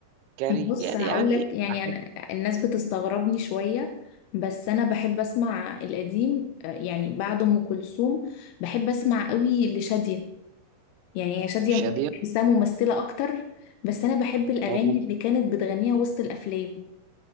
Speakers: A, on the right; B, on the left.
A: كرجال
B: بص هقول
A: يعني
B: لك يعني
A: احب
B: انا الناس بتستغربني شويه بس انا بحب اسمع القديم آه، يعني بعد ام كلثوم بحب اسمع قوي لشاديه يعني هي شاديه
A: شاديه
B: بحسها ممثله اكتر بس انا بحب الاغاني
A: اه
B: اللي كانت بتغنيها وسط الافلام